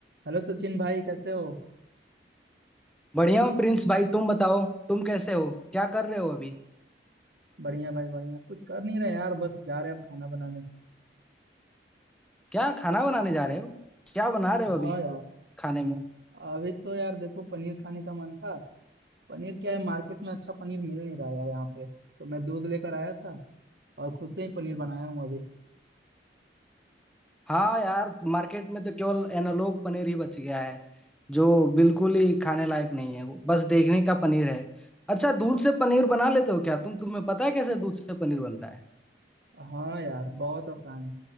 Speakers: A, on the right; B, in the centre.
A: Hello Sachin भाई कैसे हो
B: बढ़िया हो प्रिंस भाई तुम बताओ तुम कैसे हो क्या कर रहे हो अभी
A: बढ़िया भाई बढ़िया कुछ कर नहीं रहे यार बस जा रहे अब खाना बनाने
B: क्या खाना बनाने जा रहे हो क्या बना रहे हो
A: हाँ
B: अभी
A: यार
B: खाने में
A: अभी तो यार देखो पनीर खाने का मन था पनीर क्या है मार्केट में अच्छा पनीर मिल नहीं रहा यार यहाँ पे तो मैं दूध लेकर आया था और खुद से ही पनीर बनाया हूँ अभी
B: हाँ यार मार्केट में तो केवल एनालॉग पनीर ही बच गया है जो बिल्कुल ही खाने लायक नहीं है वो बस देखने का पनीर है अच्छा दूध से पनीर बना लेते हो क्या तुम तुम्हें पता है कैसे दूध से पनीर बनता है
A: हाँ यार बहुत आसान है